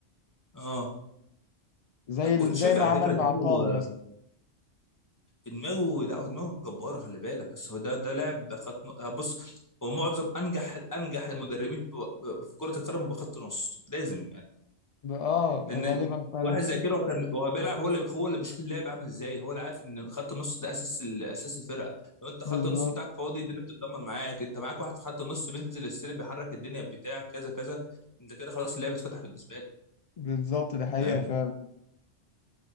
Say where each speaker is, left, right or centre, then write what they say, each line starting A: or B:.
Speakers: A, on the left (about 15°); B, on the left (about 65°).
A: اه
B: زي
A: لا
B: ال-
A: وتشافي
B: زي ما
A: على
B: عمل
A: فكره دماغه
B: مع طه مثلا
A: دماغه لا هو دماغه جباره خلي بالك بس هو ده ده لاعب خط ن- آه، بص هو معظم انجح انجح المدربين في في كره القدم بخط نص لازم يعني
B: ب- اه
A: لان
B: غالبا
A: ال-
B: فعلا
A: واحد زي
B: <laughs>
A: كده هو كان هو بيلعب هو اللي هو اللي بيشوف اللعب عامل ازاي هو اللي عارف ان خط النص ده اساس ال- اساس الفرقه لو انت خط
B: بالظبط
A: النص بتاعك فاضي الدنيا بتتدمر معاك انت معاك واحد في خط النص بينزل السلم بيحرك الدنيا بتاعك كذا كذا انت كده خلاص اللعب اتفتح بالنسبه
B: بالظبط ده حقيقة
A: لك
B: فعلا